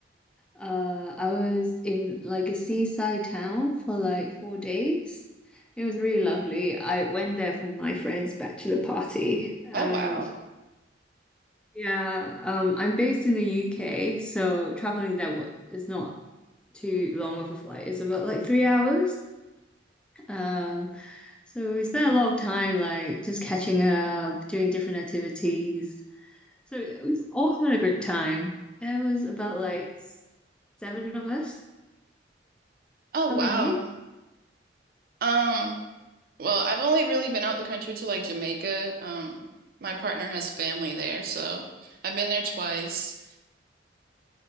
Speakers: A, in the centre; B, on the right.
A: Uh, I was in like a seaside town for like four days. It was really lovely. I went there for my friend's bachelor party, and
B: Oh wow.
A: yeah, um, I'm based in the UK, so traveling there wa- is not too long of a flight. It's about like three hours. Um, so we spent a lot of time like just catching up, doing different activities. So we all had a great time. There was about like seven of us.
B: Oh
A: How
B: wow.
A: about you?
B: Um, well, I've only really been out the country to like Jamaica. Um, my partner has family there, so I've been there twice.